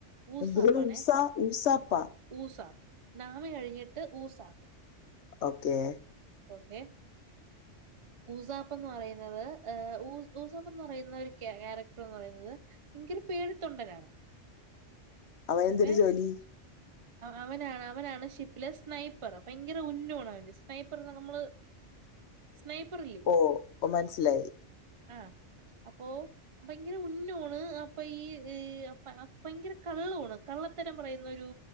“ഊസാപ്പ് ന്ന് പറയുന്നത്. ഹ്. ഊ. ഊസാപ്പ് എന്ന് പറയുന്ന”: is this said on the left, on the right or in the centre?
Right